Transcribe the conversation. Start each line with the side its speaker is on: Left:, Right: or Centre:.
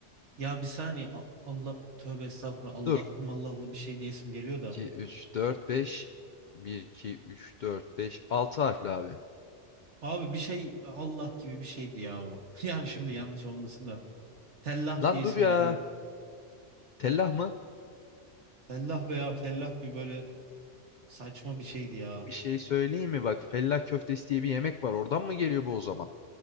Right: Ya bir saniye. A- Allah. Tövbe estağfurullah. Allah'lı
Left: Dur.
Right: mallahlı bir şey diyesim geliyor da.
Left: 2, üç dört beş bir iki üç dört beş altı harfli abi.
Right: Abi bir şey Allah gibi bir şeydi ya o. <laughs> Yani şimdi yanlış
Left: Hmm.
Right: olmasın da. Tellah
Left: Lan
Right: diye isim
Left: dur ya.
Right: geliyor.
Left: Tellah mı?
Right: Tellah veya fellah gibi böyle saçma bir şeydi ya.
Left: Bir şey söyleyeyim mi? Bak fellah köftesi diye bir yemek var. Oradan mı geliyor bu o zaman?